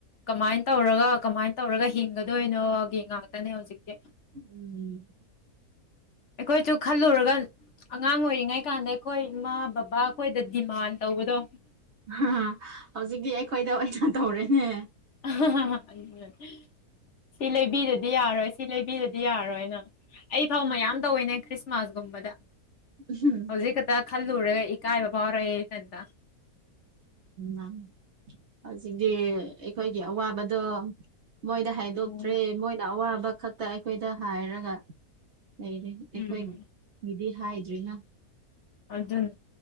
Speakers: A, on the left; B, on the right.
A: ꯀꯃꯥꯏꯅ ꯇꯧꯔꯒ ꯀꯃꯥꯏꯅ ꯇꯧꯔꯒ ꯍꯤꯡꯒꯗꯣꯏꯅꯣꯒꯤ ꯉꯥꯛꯇꯅꯦ ꯍꯧꯖꯤꯛꯀꯤ
B: ꯎꯝ
A: ꯑꯩꯈꯣꯏꯁꯨ ꯈꯜꯂꯨꯔꯒ ꯑꯉꯥꯡ ꯑꯣꯏꯔꯤꯉꯩ ꯀꯥꯟꯗ ꯑꯩꯈꯣꯏ ꯏꯃꯥ ꯕꯕꯥ ꯑꯩꯈꯣꯏꯗ ꯗꯤꯃꯥꯟ ꯇꯧꯕꯗꯣ
B: ꯑ ꯍꯧꯖꯤꯛꯀꯤ ꯑꯩꯈꯣꯏꯗ ꯑꯣꯏꯅ ꯇꯧꯔꯦꯅꯦ
A: ꯑ ꯍꯥ ꯍꯥ ꯍꯥ ꯑꯗꯨ ꯁꯤ ꯂꯩꯕꯤꯗꯗꯤ ꯌꯥꯔꯣꯏ ꯁꯤ ꯂꯩꯕꯤꯗꯗꯤ ꯌꯥꯔꯣꯏꯅ ꯑꯩ ꯐꯥꯎ ꯃꯌꯥꯝ ꯇꯧꯋꯤꯅꯦ ꯈ꯭ꯔꯤꯁꯃꯥꯁꯒꯨꯝꯕꯗ
B: ꯎꯝ
A: ꯍꯧꯖꯤꯛ ꯈꯛꯇ ꯈꯜꯂꯨꯔꯒ ꯏꯀꯥꯏꯕ ꯐꯥꯎꯔꯛꯑꯦ ꯏꯊꯟꯇ
B: ꯎꯝ ꯍꯧꯖꯤꯛꯇꯤ ꯑꯩꯈꯣꯏꯒꯤ ꯑꯋꯥꯕꯗꯣ ꯃꯣꯏꯗ ꯍꯥꯏꯗꯣꯛꯇ꯭ꯔꯦ
A: ꯎꯝ
B: ꯃꯣꯏꯅ ꯑꯋꯥꯕ ꯈꯛꯇ ꯑꯩꯈꯣꯏꯗ ꯍꯥꯏꯔꯒ ꯂꯩꯔꯦ ꯑꯩꯈꯣꯏ
A: ꯎꯝ
B: ꯃꯤꯗꯤ ꯍꯥꯏꯗ꯭ꯔꯤꯅ
A: ꯑꯗꯨꯅꯦ